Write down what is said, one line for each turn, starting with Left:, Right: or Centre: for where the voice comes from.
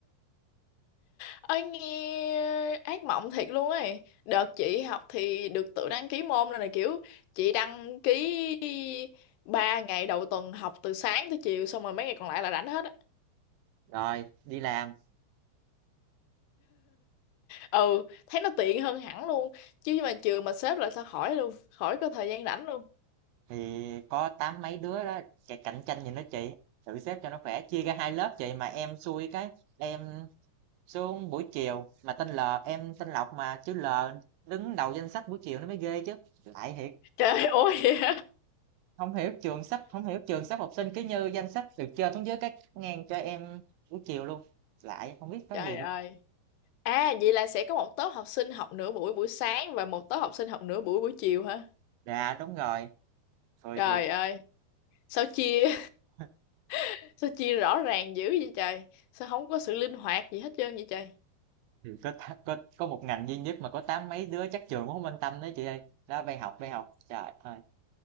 Left: ơi nghe ác mộng thiệt luôn ấy đợt chị học thì được tự đăng ký môn rồi này kiểu chị đăng ký ba ngày đầu tuần học từ sáng tới chiều xong rồi mấy ngày còn lại là rảnh hết á.
Right: Rồi, đi làm
Left: ừ thấy nó tiện hơn hẳn luôn chứ mà trường mà xếp lại sao khỏi luôn khỏi có thời gian rảnh luôn
Right: thì có tám mấy đứa đó chạy cạnh tranh gì nữa chị. Thử xếp cho nó khỏe, chia ra hai lớp chị mà em xui cái em xuống buổi chiều mà tên L, em tên Lộc mà chứ L đứng đầu danh sách buổi chiều nó mới ghê chứ. Lại thiệt,
Left: Trời ơi <laughs>
Right: không hiểu trường sắp không hiểu trường sắp học sinh cứ như danh sách từ trên xuống dưới cái ngang cho em buổi chiều luôn. Lại không biết có
Left: Trời
Right: gì luôn.
Left: ơi. À vậy là sẽ có một tốp học sinh học nửa buổi buổi sáng và một tốp học sinh học nửa buổi buổi chiều hả?
Right: Dạ đúng rồi, rồi
Left: Trời
Right: thiệt.
Left: ơi. Sao chia
Right: <laughs>
Left: <laughs> sao chia rõ ràng dữ vậy trời? Sao không có sự linh hoạt gì hết trơn vậy trời?
Right: Thì có, tá- có có một ngành duy nhất mà có tám mấy đứa chắc trường cũng không quan tâm đấy chị ơi. Đó bay học bay học. Trời ơi.